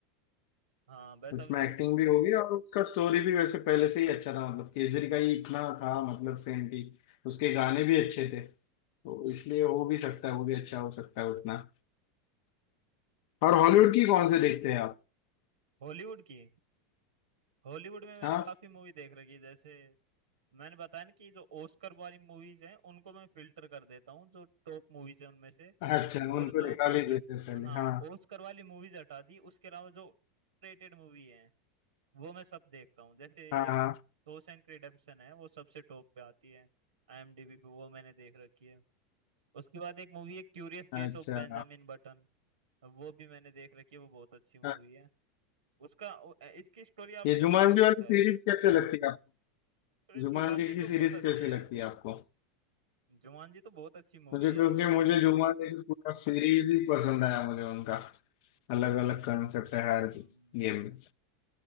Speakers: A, on the right; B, on the left.
A: हाँ बस
B: उसमें
A: अभी तो
B: एक्टिंग भी होगी और उसका स्टोरी भी वैसे पहले से ही अच्छा था मतलब केसरी का ही इतना था मतलब सेम थी उसके गाने भी अच्छे थे तो इसलिए हो भी सकता है वो भी अच्छा हो सकता है उतना और हॉलीवुड की कौन से देखते हैं आप
A: हॉलीवुड की हॉलीवुड में मैंने
B: हाँ
A: काफी मूवी देख रखी है जैसे मैंने बताया ना कि जो ऑस्कर वाली मूवीज हैं उनको मैं फिल्टर कर देता हूँ जो टॉप मूवीज हैं उनमें से
B: अच्छा
A: और
B: उनको
A: जो
B: निकाल
A: बाकी
B: ही देते हैं पहले
A: हाँ
B: हाँ
A: ऑस्कर वाली मूवीज हटा दी उसके अलावा जो रेटेड मूवी है वो मैं सब देखता हूँ जैसे
B: हाँ
A: एक शॉशैंक रिडेम्पशन है वो सबसे टॉप पे आती है आईएमडीबी पे वो मैंने देख रखी है उसके बाद एक मूवी है curious
B: हाँ
A: case
B: अच्छा
A: of Benjamin Button वो भी मैंने देख रखी है वो बहुत अच्छी मूवी
B: हाँ।
A: है उसका इसकी स्टोरी आपने
B: ये जुमान
A: सुनी होगी
B: जी वाली
A: शायद
B: सीरीज कैसे लगती है आपको
A: अरे
B: जुमान
A: जुमान
B: जी
A: जी
B: की
A: तो
B: सीरीज
A: बहुत अच्छी
B: कैसे
A: है
B: लगती है आपको
A: जुमान जी तो बहुत अच्छी मूवी
B: मुझे क्योंकि
A: है मतलब
B: मुझे
A: उसके
B: जुम्मन की पूरा सीरीज ही पसंद आया मुझे उनका अलग अलग कंसेप्ट है हर
A: हम्म,
B: गेम में